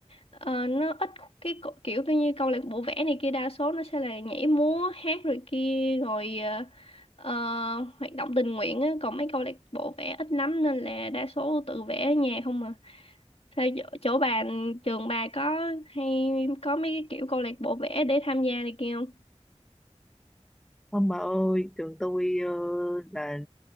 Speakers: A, on the left; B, in the centre.
A: ờ, nó ít cái cổ- kiểu coi như câu lạc bộ vẽ này kia đa số nó sẽ là nhảy múa hát rồi kia rồi ờ, ờ, hoạt động tình nguyện á còn mấy câu lạc bộ vẽ ít lắm nên là đa số tự vẽ ở nhà không à sao chỗ, chỗ bà trường bà có hay có mấy cái kiểu câu lạc bộ vẽ để tham gia này kia không
B: Ông bà ơi, trường tôi ờ, là